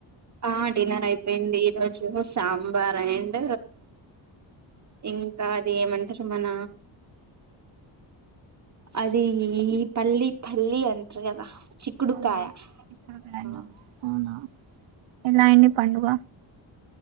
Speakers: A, on the right; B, on the right.
A: ఆ డిన్నర్ అయిపోయింది ఈరోజు సాంబార్ అండ్ ఇంకా అది ఏమంటారు మన అది పల్లి పల్లి అంటారు కదా చిక్కుడుకాయ
B: అవునా ఇప్పుడే అయిందా?
A: ఆ
B: అవునా ఎలా అయింది పండుగ